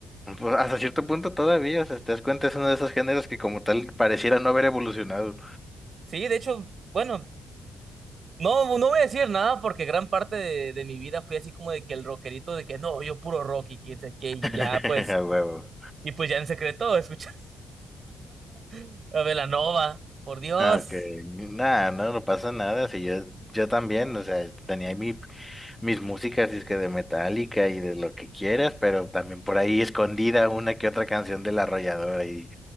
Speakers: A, in the centre; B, on the right (about 45°).
A: Pues, hasta cierto punto todavía, o sea, te das cuenta, es uno de esos géneros que como tal pareciera no haber evolucionado.
B: Sí, de hecho, bueno, No, no voy a decir nada porque gran parte de, de mi vida fui así como de que el rockerito de que no, yo puro rock y quién sabe qué, y
A: <laughs>
B: ya pues,
A: A huevo.
B: y pues ya en secreto escuchaba <laughs> a Belanova, por Dios.
A: Ah, Ok, nada, no, no pasa nada, si yo, yo también, o sea, tenía mi, mis músicas, disque de Metallica y de lo que quieras, pero también por ahí escondida una que otra canción de La Arrolladora y